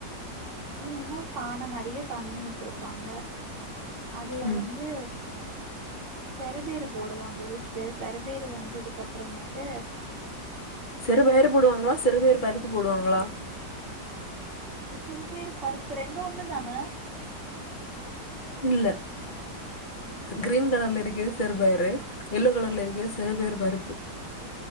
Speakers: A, on the right; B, on the left.
A: நீ என்ன பான நெறைய தண்ணி வச்சுருப்பாங்க அதுல
B: ம்
A: வந்து சரபயிறு போடுவாங்க ஃபர்ஸ்ட்டு சர பயிறு வெந்ததுக்கப்பறமேட்டு
B: சிறு பயிறு போடுவாங்ளா? சிறு பயிறு பருப்பு போடுவாங்ளா?
A: சிறுபயிறு பருப்பு ரெண்டு ஒன்னு தான
B: இல்ல கிரீன் கலர்ல இருக்கது சிறு பயரு எல்லோ கலர்ல இருக்கது சிறு பயறு பருப்பு